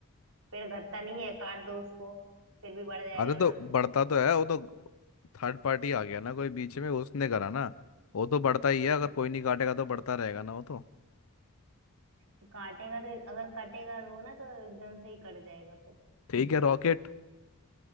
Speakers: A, on the right; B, on the left.
A: पेड़ घटता नहीं है काट दो उसको फिर भी बढ़ जाएगा
B: अरे तो
A: ना
B: बढ़ता तो है वो तो थर्ड पार्टी आ गया ना कोई बीच में उसने करा ना वो तो बढ़ता ही है अगर
A: नहीं
B: कोई नहीं काटेगा तो बढ़ता रहेगा ना वो तो
A: तो काटेगा तो अगर कटेगा रो ना तो एकदम से ही कट जाएगा फिर
B: ठीक है रॉकेट